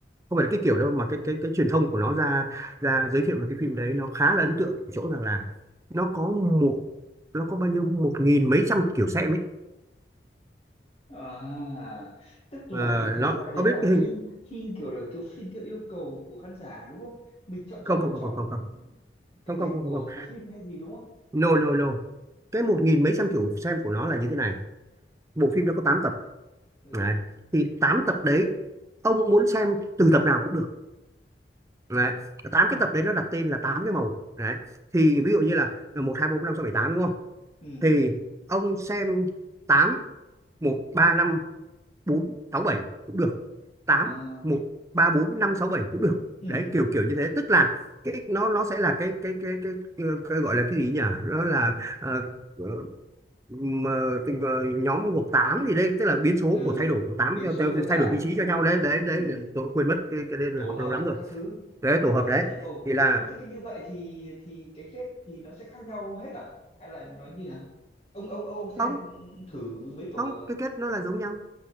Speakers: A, on the right; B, on the left.
A: không phải là cái kiểu đâu mà cái cái cái truyền thông của nó ra ra giới thiệu về cái phim đấy nó khá là ấn tượng ở chỗ rằng là nó có một nó có bao nhiêu một nghìn mấy trăm kiểu xem ấy
B: à tức
A: Ờ,
B: là cái thể
A: nó
B: loại đấy
A: ông
B: là
A: biết cái hình
B: phim phim kiểu là kiểu phim theo yêu cầu của khán giả đúng không mình chọn
A: không
B: chọn chọn
A: không không
B: chọn
A: không không không
B: cái
A: không không
B: kết
A: không
B: của
A: không không.
B: của phim hay gì đúng không
A: no no no cái một nghìn mấy trăm kiểu xem của nó là như thế này bộ
B: ừ
A: phim nó có 8 tập
B: ừ
A: đấy. thì 8 tập đấy ông muốn xem từ tập nào cũng được đấy. 8
B: ừ
A: cái tập đấy nó đặt tên là 8 cái màu đấy. thì ví dụ như là ờ, một 2 3, 4, 5, 6, 7, 8 đúng không
B: ừ
A: thì ông xem tám một ba năm bốn sáu bảy cũng được tám
B: à,
A: một ba bốn năm sáu bảy cũng được
B: ừ
A: đấy kiểu kiểu như thế tức là cái nó nó sẽ là cái cái cái cái, cái, cái gọi là cái gì nhỉ đó là ờ, ờ, mà tình- ờ, nhóm gộp 8 gì đây tức là biến số
B: ừ
A: của thay đổi của tám
B: biến
A: theo,
B: số của tám
A: thay đổi vị trí
B: đúng
A: cho
B: không
A: nhau đấy đấy đấy
B: ừ
A: tôi quên mất cái cái đây
B: tổ
A: học
B: hợp
A: lâu lắm rồi
B: các thứ
A: đấy tổ hợp
B: thế
A: đấy
B: thì ồ
A: thì là
B: ồ thế cái như vậy thì thì cái kết thì nó sẽ khác nhau hết à hay là nó như nào ông ông ông ông xem
A: không
B: thử mấy tổ
A: không
B: hợp rồi
A: cái kết nó là giống nhau